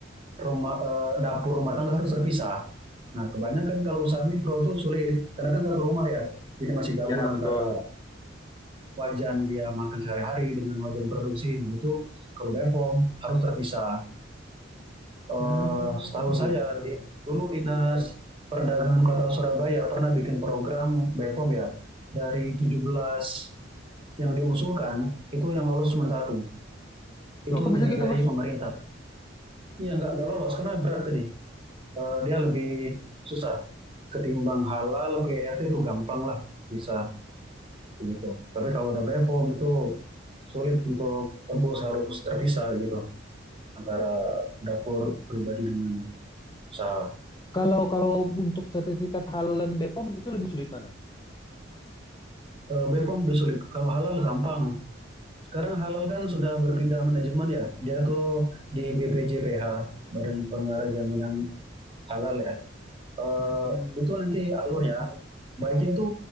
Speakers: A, on the right; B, on the left.
A: rumah eh, dapur rumah tangga harus terpisah nah kebanyakan kalau usaha mikro itu sulit karena kan satu rumah ya jadi masih gabung
B: Ya,
A: antara
B: betul.
A: wajan dia makan sehari-hari dengan wajan produksi. Nah itu kalau BEPOM harus terpisah. Eh,
B: Hmm,
A: setahu
B: gitu.
A: saya di, dulu dinas perdagangan kota Surabaya pernah bikin program BEPOM ya dari 17 yang diusulkan itu yang lolos cuma satu
B: Loh,
A: itu
B: kok bisa
A: dibiayai
B: gitu Mas?
A: pemerintah. Iya nggak nggak lolos karena berat tadi Eh, dia lebih susah ketimbang halal PRT itu gampang lah bisa gitu. Tapi kalau udah Bepom itu sulit untuk tembus harus terpisah gitu antara dapur pribadi dengan usaha.
B: Kalau kalau untuk sertifikat halal dan BPOM itu lebih sulit mana?
A: Eh, Bepom lebih sulit. Kalau halal gampang. Sekarang halal kan sudah berpindah manajemen ya. Dia tuh di BPJPH, Badan Pengarah Jaminan Halal ya. eh,
B: Mm-mm.
A: itu nanti alurnya baiknya itu